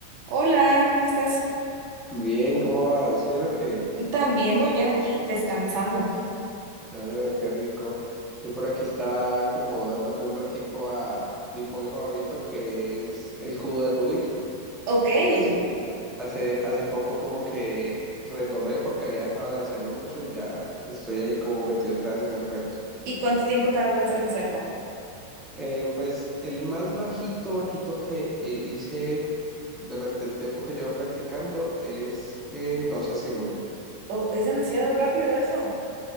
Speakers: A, on the right; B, in the centre.
A: Hola, ¿cómo estás?
B: Bien, ¿cómo vas? ¿Bien o qué?
A: También muy bien aquí, descansando.
B: Ah, qué rico. Yo por aquí estaba como dándole un ratico a mi hobby favorito que es el cubo de Rubik.
A: Ok, ¿y
B: Hace, hace, hace poco como que retomé porque había dejado de hacerlo mucho y ya estoy ahí como metido otra vez en el cuento.
A: cuánto tiempo tardas en hacerlo?
B: Eh, pues el más bajito, bajito que eh, hice durante el tiempo que llevo practicando es en 12 segundos.
A: Oh, es demasiado rápido eso.